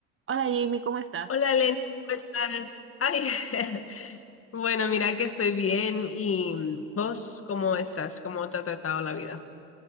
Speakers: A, on the right; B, on the left.
A: Hola Jamie, ¿cómo estás?
B: Hola, Len, ¿cómo estás? Ay, <laughs> bueno, mira que estoy bien y vos, ¿cómo estás? ¿Cómo te ha tratado la vida?